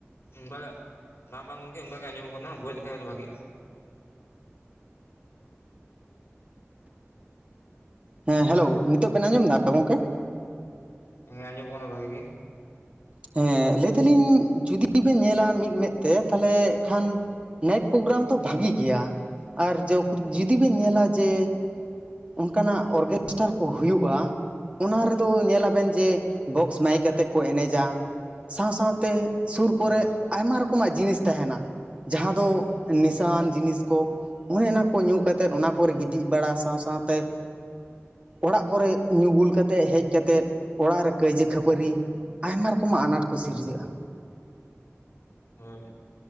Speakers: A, on the left; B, on the right.
A: ᱜᱠᱟᱜᱮ ᱵᱟᱝ ᱵᱟᱝ ᱵᱟᱝ ᱜᱚᱝᱠᱮ ᱚᱝᱠᱟ ᱜᱮ ᱟᱸᱡᱚᱢᱚᱜ ᱠᱟᱱᱟ ᱵᱚᱡ ᱞᱮᱠᱷᱟᱱ ᱫᱚ ᱵᱷᱟᱜᱤᱜ-ᱟ᱾
B: ᱦᱮᱸ ᱦᱮᱞᱳ ᱱᱤᱛᱚᱜ ᱵᱮᱱ ᱟᱸᱡᱚᱢ ᱫᱟ ᱜᱚᱝᱠᱮ᱾
A: ᱦᱮᱸ ᱟᱸᱡᱚᱢᱚᱜ ᱠᱟᱱᱟ ᱵᱷᱟᱜᱤ ᱜᱮ᱾
B: ᱦᱮᱸ ᱞᱟᱹᱭ ᱫᱟᱞᱤᱧ ᱡᱩᱫᱤ ᱵᱮᱱ ᱧᱮᱞᱟ ᱢᱤᱫ ᱢᱮᱫ ᱛᱮ ᱛᱟᱦᱚᱞᱮ ᱠᱷᱟᱱ ᱱᱟᱭᱤᱴ ᱯᱨᱳᱜᱨᱟᱢ ᱫᱚ ᱵᱷᱟᱜᱤ ᱜᱮᱭᱟ ᱟᱨ ᱡᱩᱫᱤ ᱵᱮᱱ ᱧᱮᱞᱟ ᱡᱮ ᱚᱱᱠᱟᱱᱟᱜ ᱚᱨᱜᱮᱥᱴᱟᱨ ᱠᱚ ᱦᱩᱭᱩᱜᱼᱟ ᱚᱱᱟ ᱨᱮᱫᱚ ᱧᱮᱞᱟᱵᱮᱱ ᱡᱮ ᱵᱚᱠᱥ ᱢᱟᱭᱤᱠ ᱟᱛᱮᱫ ᱠᱚ ᱮᱱᱮᱡᱟ᱾ ᱥᱟᱶ ᱥᱟᱶᱛᱮ ᱥᱩᱨ ᱠᱚᱨᱮ
A: ᱦᱳᱭ
B: ᱟᱭᱢᱟ ᱨᱚᱠᱚᱢᱟᱜ ᱡᱤᱱᱤᱥ ᱛᱟᱦᱮᱱᱟ᱾ ᱡᱟᱸᱦᱟᱸ ᱫᱚ ᱱᱮᱥᱟᱣᱟᱱ ᱡᱤᱱᱤᱥ ᱠᱚ ᱚᱱᱮ ᱚᱱᱟ ᱠᱚ ᱧᱩ ᱠᱟᱛᱮᱫ ᱚᱱᱟ ᱠᱚᱨᱮ ᱜᱤᱛᱤᱡ ᱵᱟᱲᱟ ᱥᱟᱶ ᱥᱟᱶᱛᱮ ᱚᱲᱟᱜ ᱠᱚᱨᱮ ᱧᱩ ᱵᱩᱞ ᱠᱟᱛᱮᱫ ᱦᱮᱡ ᱠᱟᱛᱮᱫ ᱚᱲᱟᱜ ᱨᱮ ᱠᱟᱹᱭᱡᱟᱹ ᱠᱷᱟᱹᱯᱟᱹᱨᱤ ᱟᱭᱢᱟ ᱨᱚ ᱠᱚᱢᱟᱜ ᱟᱱᱟᱴ ᱠᱚ ᱥᱤᱨᱡᱟᱹᱜᱼᱟ᱾
A: ᱦᱳᱭ